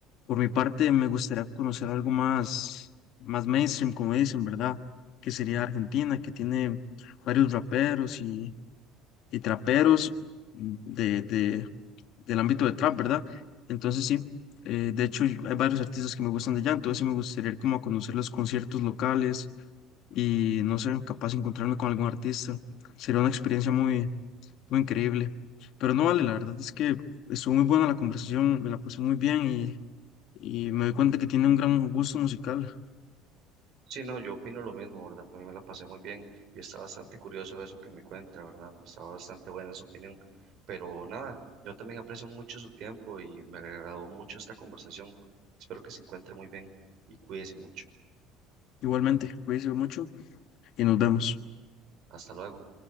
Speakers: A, on the left; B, on the right.
A: Por mi parte, me gustaría conocer algo más, más mainstream, como dicen, ¿verdad? Que sería Argentina, que tiene varios raperos y, y traperos de, de, del ámbito de trap, ¿verdad? Entonces sí, eh, de hecho y- hay varios artistas que me gustan de allá, entonces sí me gustaría ir como a conocer los conciertos locales y no sé, capaz de encontrarme con algún artista. Sería una experiencia muy, muy increíble. Pero no vale, la verdad es que estuvo muy buena la conversación, me la pasé muy bien y, y me doy cuenta que tiene un gran gusto musical.
B: Sí, no, yo opino lo mismo, ¿verdad? También me la pasé muy bien y está bastante curioso eso que me cuenta, ¿verdad? Está bastante buena su opinión. Pero nada, yo también aprecio mucho su tiempo y me agradó mucho esta conversación. Espero que se encuentre muy bien y cuídese mucho.
A: Igualmente, cuídense mucho y nos vemos.
B: Hasta luego.